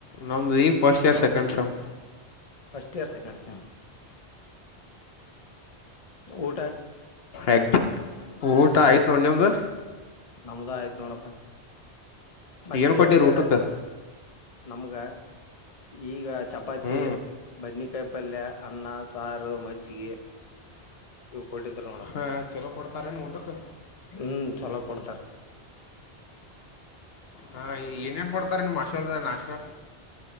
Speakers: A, on the left (about 65°); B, on the left (about 35°).
A: ನಮ್ದು ಈಗ first year <unintelligible> <unintelligible>
B: first year second sem. ಊಟ.
A: ಎಕ್ಸ್ ಊಟ ಆಯ್ತು ನಿಮ್ದು.
B: ನಮ್ದ ಆಯ್ತ್ ನೋಡಪ್ಪ. ಮತ್ತೆ
A: ಏನು ಕೊಟ್ಟಿರಿ
B: ಹೆಂಗ.
A: ಊಟಕ್ಕೆ
B: ನಮ್ಗ ಈಗ ಚಪಾತಿ
A: ಹ್ಞೂ
B: ಬದನಿಕಾಯಿ ಪಲ್ಯ ಅನ್ನ ಸಾ ಸಾರು ಮಜ್ಜಿಗೆ ಕೊಟ್ಟಿದ್ರ ನೋಡಪ್
A: ಹಾಂ ಚಲೋ ಕೊಡ್ತಾರೇನು ಊಟಕ್ಕೆ
B: ಹ್ಮ ಚಲೋ ಕೊಡ್ತಾರ. <inaudible>
A: ಹಾ ಏನೇನ್ ಕೊಡ್ತಾರ್ ನಿಮ್ಮ್ ಹಾಸ್ಟೆಲ್ಡಾಗ್ ನಾಷ್ಟ.